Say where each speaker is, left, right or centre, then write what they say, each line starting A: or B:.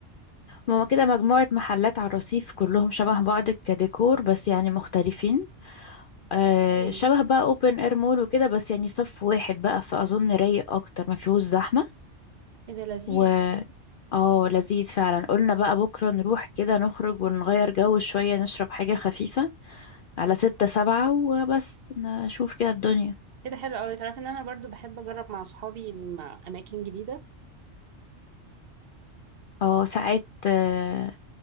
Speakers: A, on the left; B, on the right.
A: هما كده مجموعة محلات على الرصيف كلهم شبه بعض كديكور بس يعني مختلفين آه،
B: ايه
A: شبه بقى اوبن اير مول وكده بس يعني صف واحد بقى فاظن رايق اكتر ما فيهوش زحمة
B: ايه ده لذيذ
A: و اه لذيذ فعلا قلنا بقى بكرة نروح كده نخرج ونغير جو شوية نشرب حاجة خفيفة على ستة سبعة وبس نشوف كده الدنيا
B: ايه ده حلو قوي تعرفي ان انا برضو بحب اجرب مع صحابي مع اماكن جديدة
A: اه ساعات آه،